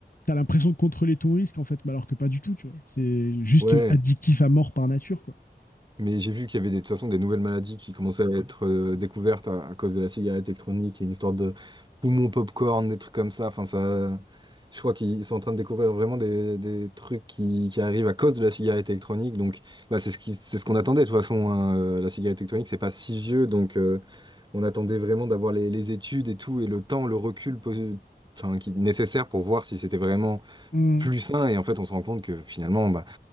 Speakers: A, on the left; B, on the right.
A: as l'impression de contrôler ton risque en fait, mais alors que pas du tout, tu vois. C'est juste
B: ouais.
A: addictif à mort par nature, quoi.
B: Mais j'ai vu qu'il y avait des, de toute façon des nouvelles maladies qui commençaient à être euh, découvertes à, à cause de la cigarette électronique et une histoire de poumon popcorn, des trucs comme ça. Enfin, ça, je crois qu'ils sont en train de découvrir vraiment des, des trucs qui, qui arrivent à cause de la cigarette électronique. Donc, bah, c'est ce qui, c'est ce qu'on attendait de toute façon. hein. Euh, La cigarette électronique, c'est pas si vieux, donc euh, on attendait vraiment d'avoir les, les études et tout et le temps, le recul posé- enfin, qui, nécessaire pour voir si c'était vraiment
A: Hmm.
B: plus sain. Et en fait, on se rend compte que finalement, bah,